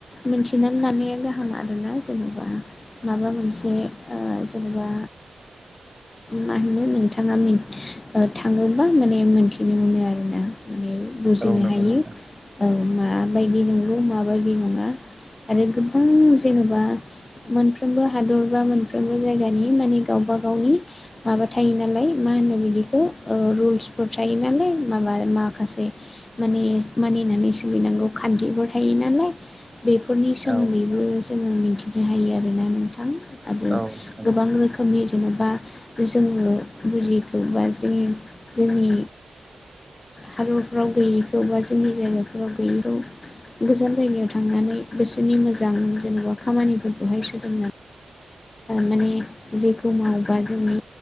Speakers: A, on the left; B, in the centre.
A: मिथिनानै लानाया गाहाम आरोना जेनेबा माबा मोनसे जेनेबा मा होनो नोंथाङा थाङोबा माने मोन्थिनो मोनो आरोना माने बुजिनो
B: औ नंगौ
A: हायो
B: नोंथां
A: औ माबायदि नंगौ माबायदि नङा। आरो गोबां जेन'बा मोनफ्रोमबो हादर बा मोनफ्रोमबो जायगानि माने गावबा गावनि माबा थायो नालाय मा होनो बिदिखौ रुल्सफोर थायो नालाय माबा माखासे माने मानिनानै सोलिनांगौ खान्थिफोर थायो नालाय बेफोरनि सोमोन्दैबो
B: औ
A: जोङो मिथिनो हायो आरोना नोंथां। आरो
B: औ नोंथां
A: गोबां
B: नंगौ
A: रोखोमनि जेन'बा जोङो बुजियैखौबा जोंनि जोंनि हादरफ्राव गैयैखौ बा जोंनि जायगाफोराव गैयैखौ गोजान जायगायाव थांनानै बिसोरनि मोजां जेन'बा खामानिफोरखौहाय सोलोंनानै माने जेखौ मावोबा जोंनि